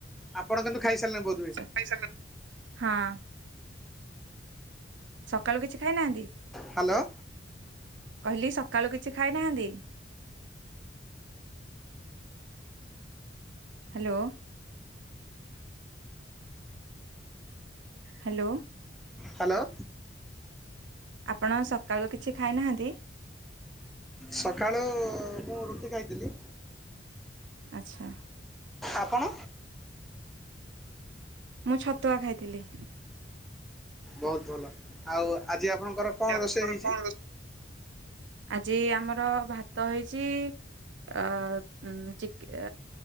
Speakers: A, in the centre; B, on the right (about 75°).
A: ଆପଣ କିନ୍ତୁ ଖାଇସାରିଲେ ବହୁତ
B: <unintelligible> ହଁ ସକାଳୁ କିଛି ଖାଇନାହାନ୍ତି
A: ହ୍ୟାଲୋ।
B: କହିଲି ସକାଳୁ କିଛି ଖାଇନାହାନ୍ତି। ହ୍ୟାଲୋ ହ୍ୟାଲୋ
A: ହ୍ୟାଲୋ
B: ଆପଣ ସକାଳୁ କିଛି ଖାଇନାହାନ୍ତି?
A: ସକାଳୁ ମୁଁ ରୁଟି ଖାଇଥିଲି।
B: ଆଚ୍ଛା
A: ଆପଣ
B: ମୁଁ ଛତୁଆ ଖାଇଥିଲି।
A: ବହୁତ ଭଲ ଆଉ ଆଜି ଆପଣଙ୍କର କଣ
B: <unintelligible>
A: ରୋଷେଇ ହେଇଛି
B: ଆଜି ଆମର ଭାତ ହେଇଚି। ଅ ଉ ଚିକେ